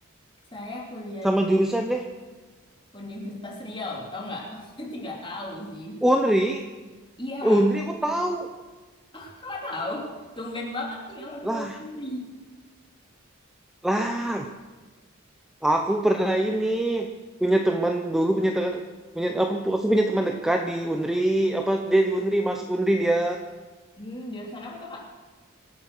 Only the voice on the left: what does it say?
Saya kuliah
di
Universitas Riau, tau nggak? <laughs> Berarti nggak tahu sih.
Iya,
Kakak tahu. Tumben banget nih orang
tahu Undri.
Hmm, jurusan apa tuh, Kak?